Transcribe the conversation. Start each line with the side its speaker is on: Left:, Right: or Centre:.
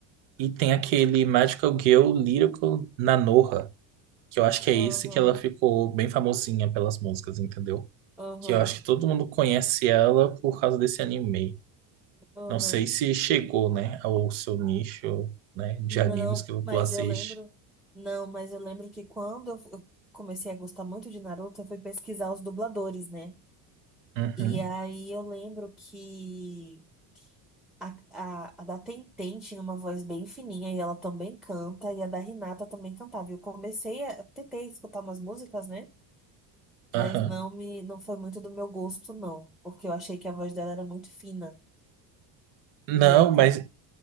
Right: e tem aquele Magical Girl Lyrical Nanoha. Que eu acho que é
Centre: aham,
Right: esse que ela ficou bem famosinha pelas músicas, entendeu?
Centre: aham,
Right: Que eu acho que todo mundo conhece ela por causa desse anime.
Centre: aham.
Right: Não sei se chegou, né, ao seu nicho, né, de
Centre: Não,
Right: animes que tu
Centre: mas
Right: assiste.
Centre: eu lembro. Não, mas eu lembro que quando eu fu- eu comecei a gostar muito de Naruto, eu fui pesquisar os dubladores, né?
Right: Uhum,
Centre: E aí eu lembro que A, a, a da Tenten tinha uma voz bem fininha e ela também canta, e a da Renata também cantava. E Eu comecei a, tentei escutar umas músicas, né? Mas
Right: aham.
Centre: não me, não foi muito do meu gosto, não, porque eu achei que a voz dela era muito fina.
Right: Não,
Centre: E aí
Right: mas
Centre: tava.